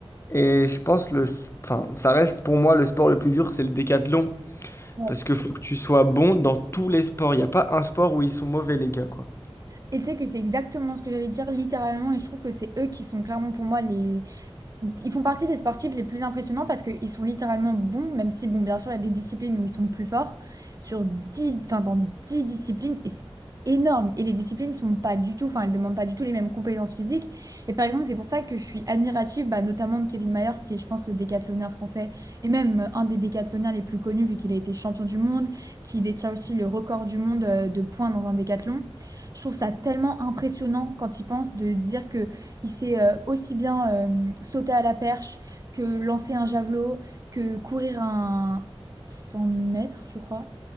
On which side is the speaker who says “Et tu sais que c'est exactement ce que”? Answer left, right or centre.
Right